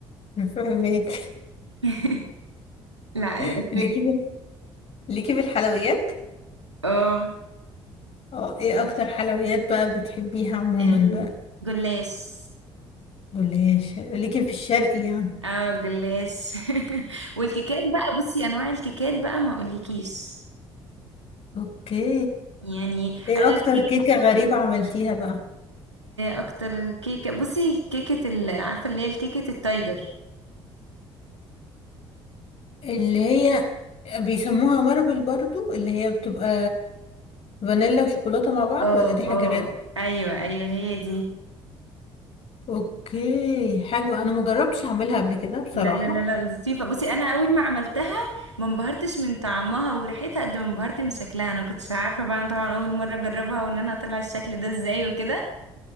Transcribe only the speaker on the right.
<laughs> لا
بس
اه
الجلاش
اه جلاش <laughs> والكيكات بقى بصي انواع الكيكات بقى ما اقولكيش
يعني
عايزه اقول
لك
اكتر كيكه بصي كيكه ال- عارفه اللي هي الكيكه التايجر
اه
اه
ايوه ايوه هي دي
لا لا لا لا لطيفة بصي أنا أول ما عملتها ما انبهرتش من طعمها وريحتها قد ما انبهرت من شكلها أنا ما كنتش عارفة بقى أنا طبعا أول مرة أجربها وإن أنا أطلع الشكل ده إزاي وكده